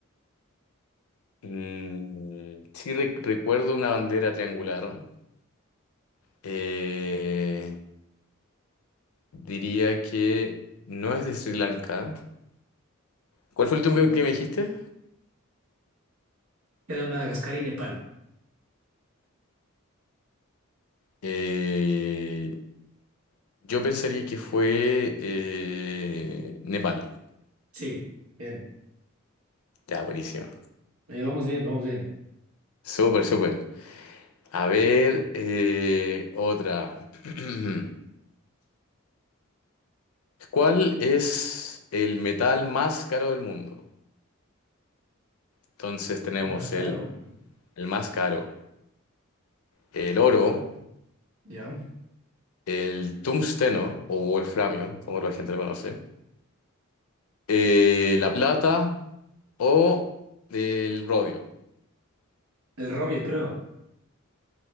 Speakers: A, on the left; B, on the right.
A: Mm, sí, re- recuerdo una bandera triangular. Eh, diría que no es de Sri Lanka. ¿Cuál fue el último que, que me dijiste?
B: Queda Madagascar y Nepal.
A: Eh, yo pensaría que fue eh, Nepal.
B: Sí, bien.
A: Ya, buenísimo.
B: Eh, vamos bien, vamos bien.
A: Súper, súper. A ver, eh, otra. <clears throat> ¿Cuál es el metal más caro del mundo? Entonces tenemos
B: Más caro.
A: el, el más caro, el oro.
B: Ya.
A: el tungsteno o wolframio, como la gente lo conoce, eh, la plata o el rodio.
B: El robio, creo.